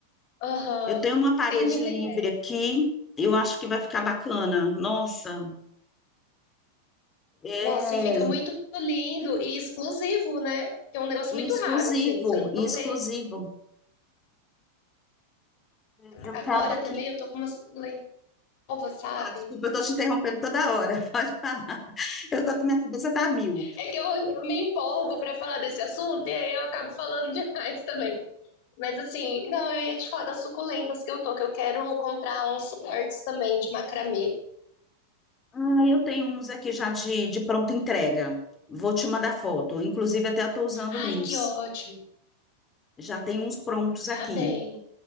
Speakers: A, on the left; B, on the left.
A: Aham,
B: Eu tenho uma parede
A: tem muita
B: livre
A: ideia.
B: aqui. Eu acho que vai ficar bacana. Nossa, é
A: Nossa, e fica muito lindo e exclusivo, né? Que É um negócio
B: e
A: muito
B: exclusivo,
A: raro, assim, você
B: e
A: não
B: exclusivo.
A: vê.
B: Eu
A: Agora
B: tava aqui.
A: também eu tô com uma suculenta. nova, sabe?
B: Desculpa, eu tô te interrompendo toda hora. <laughs> Pode falar. Eu tô, minha cabeça tá a mil.
A: É que eu, eu me empolgo pra falar desse assunto e aí eu acabo falando <laughs> demais também. Mas assim, não, eu ia te falar das suculentas que eu tô, que eu quero comprar uns suportes também de macramê.
B: Ah, eu tenho uns aqui já de, de pronta entrega. Vou te mandar foto. Inclusive, até eu estou usando
A: Ai,
B: uns.
A: que ótimo.
B: Já tem uns prontos aqui.
A: Tá bem.